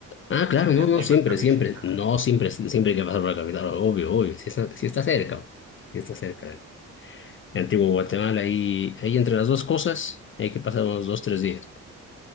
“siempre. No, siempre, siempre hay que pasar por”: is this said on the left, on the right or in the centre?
Left